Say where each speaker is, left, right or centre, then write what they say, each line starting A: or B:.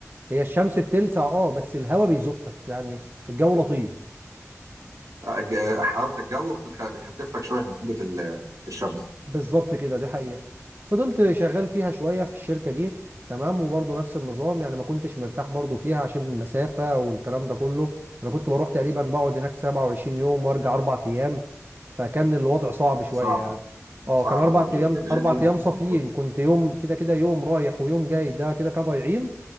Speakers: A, on the right (about 40°); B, on the right (about 85°).
A: هي الشمس بتلسع اه بس الهوا بيزقك يعني الجو لطيف
B: آه، الج- حلاوه الجو بتخ- بتخفف لك شويه من حده ال- الشمس
A: بالظبط كده دي حقيقة فضلت شغال فيها شوية في الشركة دي تمام وبرضه نفس النظام يعني ما كنتش مرتاح برضه فيها عشان المسافة والكلام ده كله انا كنت بروح تقريبا بقعد هناك 27 يوم وارجع اربع ايام فكان الوضع صعب شوية
B: صعبه
A: يعني اه
B: صعبه
A: كان اربع
B: برضه
A: ايام
B: بعيد بعيد
A: اربع
B: يعني
A: ايام صافيين
B: عن أهلك برضه
A: كنت يوم كده كده يوم رايح ويوم جاي ده كده كده ضايعين